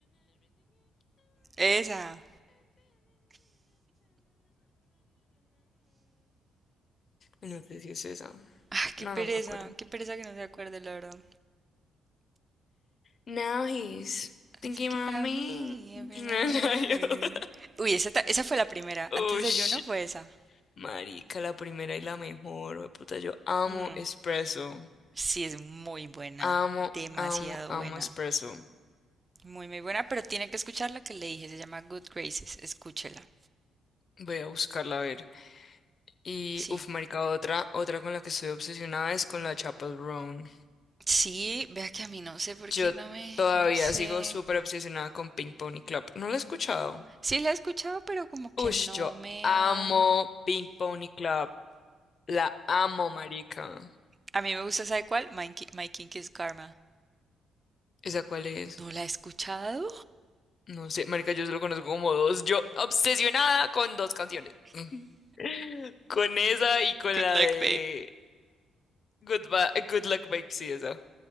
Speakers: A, on the right; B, on the left.
A: <sighs> Esa.
B: No sé si es esa.
A: Ah, qué
B: No,
A: pereza,
B: no me acuerdo.
A: qué pereza que no se acuerde, la verdad.
B: Now he's thinking
A: I think
B: about
A: about
B: me.
A: me
B: <laughs>
A: every
B: And
A: night I don't know.
B: I-
A: Uy, esa, ta- esa fue la primera.
B: Oh,
A: Antes de
B: shit.
A: Juno fue esa.
B: <laughs> Marica, la primera y la mejor. oh, Puta, yo amo
A: Mm,
B: espresso.
A: sí, es muy buena.
B: Amo,
A: Demasiado
B: amo, amo
A: buena.
B: espresso.
A: Muy, muy buena, pero tiene que escuchar la que le dije. Se llama Good Graces. Escúchela.
B: Voy a buscarla a ver. Y,
A: Sí.
B: uff, marica, otra, otra con la que estoy obsesionada es con la Chapel Roan.
A: Sí, vea que a mí no sé por qué
B: Yo
A: no me...
B: todavía
A: No sé.
B: sigo súper obsesionada con Pink Pony Club. ¿No la he escuchado?
A: Sí la he escuchado, pero como que
B: Ush,
A: no
B: yo
A: me
B: amo
A: ha...
B: Pink Pony Club. La amo, marica.
A: A mí me gusta, ¿sabe cuál? My, Ki- My Kink is Karma.
B: ¿Esa cuál es?
A: ¿No la he escuchado?
B: No sé, marica, yo solo conozco como dos. Yo obsesionada con dos canciones. <laughs> Con esa y con
A: Good
B: la
A: luck,
B: de
A: babe.
B: Good, Ba- Good Luck Babe, sí, esa.